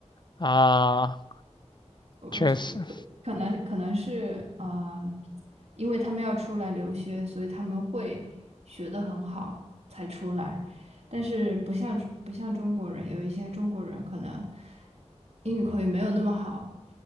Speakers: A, on the left (about 40°); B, on the right (about 65°).
A: 啊，
B: 我我这
A: 确实，
B: 可能可能是啊、呃因为他们要出来留学，所以他们会学得很好才出来。但是不像不像中国人，有一些中国人可能英语口语没有那么好，